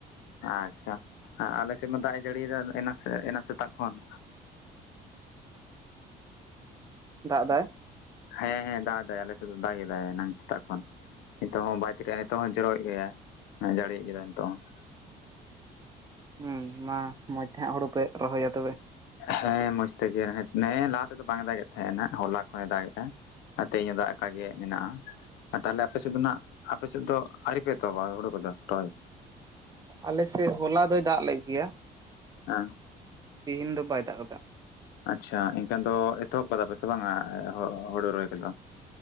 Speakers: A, on the left; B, on the right.
A: ᱟᱪᱪᱷᱟ, ᱟᱞᱮ ᱥᱮᱫ ᱢᱟ ᱫᱟᱜ ᱮ ᱡᱟᱹᱲᱤᱭᱮᱫᱟ ᱮᱱᱟ ᱮᱱᱟᱱ ᱥᱮᱛᱟᱜ ᱠᱷᱚᱱ ᱾
B: ᱫᱟᱜ ᱫᱟᱭ,
A: ᱦᱮᱸ ᱦᱮᱸ ᱫᱟᱜ ᱮᱫᱟᱭ ᱟᱞᱮ ᱥᱮᱫᱚ ᱫᱟᱜ, ᱮᱫᱟᱭ ᱮᱱᱟᱝ ᱥᱮᱛᱟᱜ ᱠᱷᱚᱱ ᱾ ᱱᱤᱛᱚᱜ ᱦᱚᱸ ᱵᱟᱭ ᱛᱤᱠᱟᱭᱟ ᱱᱤᱛᱚᱜ ᱦᱚᱸ ᱡᱚᱨᱚᱭᱮᱜ ᱜᱮᱭᱟᱭ, ᱡᱟᱹᱲᱤᱭᱮᱫᱟᱭ ᱱᱤᱛᱚᱜ ᱦᱚᱸ ᱾
B: ᱦᱩᱸ ᱢᱟ ᱢᱚᱸᱡᱽ ᱛᱮ ᱦᱟᱸᱜ ᱦᱩᱲᱩ ᱯᱮ ᱨᱚᱦᱚᱭᱟ ᱛᱚᱵᱮ?
A: ᱦᱮᱸ ᱢᱚᱡᱽ ᱛᱮᱜᱮᱸ, ᱱᱮ ᱮ ᱞᱟᱦᱟ ᱛᱮᱫᱚ ᱵᱟᱝ ᱫᱟᱜ ᱮᱫ ᱛᱟᱦᱮᱸᱱᱟ ᱦᱚᱞᱟ ᱠᱷᱚᱱᱮ ᱫᱟᱜ ᱮᱼᱟ ᱾ ᱟᱨ ᱛᱤᱦᱮᱧ ᱦᱳ ᱫᱟᱜ ᱟᱠᱟᱫ ᱜᱮ ᱢᱮᱱᱟᱜᱼᱟ ᱾ ᱟᱸ ᱛᱟᱦᱚᱞᱮ ᱟᱯᱮᱥᱮᱫ ᱫᱚ ᱱᱟᱜ, ᱟᱯᱮᱥᱮᱫ ᱫᱚ ᱟᱣᱨᱤᱯᱮ ᱮᱛᱚᱦᱚᱵᱟ ᱦᱩᱲᱩ ᱠᱚᱫᱚ ᱨᱚᱦᱚᱭ?
B: ᱟᱞᱮᱥᱮᱫ ᱦᱚᱞᱟ ᱫᱚᱭ ᱫᱟᱜ ᱞᱮᱜ ᱜᱮᱭᱟ ᱾
A: <unintelligible>
B: ᱛᱤᱦᱤᱧ ᱫᱚ ᱵᱟᱭ ᱫᱟᱜ ᱠᱟᱫᱟ ᱾
A: ᱟᱪᱪᱷᱟ ᱮᱱᱠᱷᱟᱱ ᱫᱚ ᱮᱛᱚᱦᱚᱵ ᱠᱟᱫᱟ ᱯᱮ ᱥᱮ ᱵᱟᱝᱼᱟ ᱦᱚ-ᱦᱩᱲᱩ ᱨᱚᱦᱚᱭ ᱠᱚᱫᱚ?